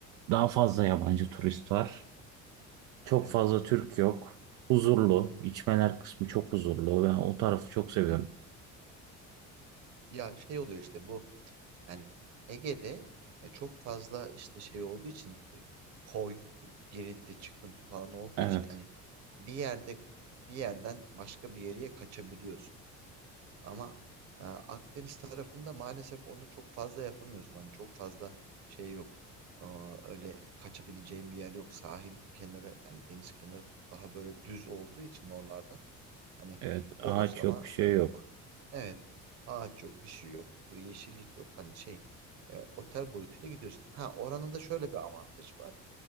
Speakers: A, on the right; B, on the right.
A: daha fazla yabancı turist var. Çok
B: Evet.
A: fazla Türk yok. Huzurlu.
B: Hı hı.
A: içmeler kısmı çok huzurlu. Ben o tarafı çok seviyorum.
B: Ya şey oluyor işte bu yani Ege'de e, çok fazla işte şey olduğu için e, koy, girinti, çıkıntı falan olduğu
A: Evet.
B: için hani bir yerde bir yerden başka bir yere kaçabiliyorsun. Ama e, Akdeniz tarafında maalesef onu çok fazla yapamıyorsun. Hani çok fazla şey yok. Aa, öyle kaçabileceğin bir yer yok. Sahil kenarı yani deniz kenarı daha böyle düz olduğu için oralarda hani
A: Evet, ağaç
B: bodoslama
A: yok, bir şey yok.
B: Evet. Ağaç yok, bir şey yok, yeşillik yok. Hani şey, e, otel boyutuyla gidiyorsun. Ha, oranın da şöyle bir avantajı var.